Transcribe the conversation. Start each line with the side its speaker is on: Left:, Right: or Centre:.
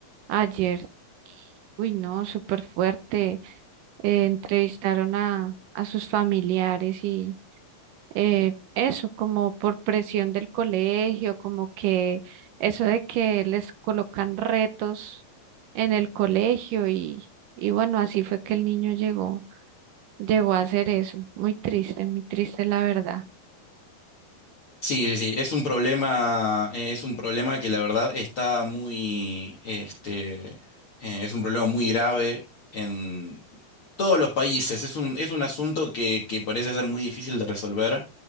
Right: Ayer, uy, no, súper fuerte. eh, entrevistaron a, a sus familiares y eh, eso, como por presión del colegio, como que eso de que les colocan retos en el colegio y, y bueno, así fue que el niño llegó, llegó a hacer eso. Muy triste, muy triste la verdad.
Left: Sí, sí, sí, es un problema, eh, es un problema que la verdad está muy, este, eh, es un problema muy grave en todos los países. Es un, es un asunto que, que parece ser muy difícil de resolver.